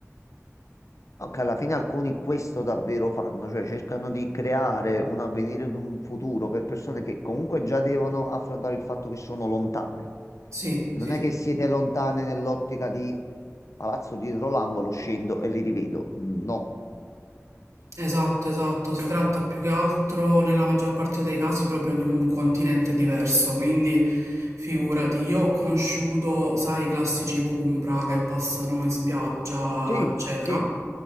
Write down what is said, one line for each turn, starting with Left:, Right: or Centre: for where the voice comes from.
Left: No, che alla fine alcuni questo davvero fanno, cioè cercano di creare un avvenire ed un futuro per persone che comunque già devono affrontare il fatto che sono lontane.
Right: Sì,
Left: Non
Right: sì,
Left: è
Right: sì.
Left: che siete lontane nell'ottica di palazzo dietro l'angolo, scendo e li rivedo. No.
Right: Esatto, esatto, si tratta più che altro nella maggior parte dei casi proprio di un continente diverso, quindi figurati, io ho conosciucuto, sai, i classici Vukumpra che passano in spiaggia,
Left: Sì,
Right: eccetera.
Left: sì,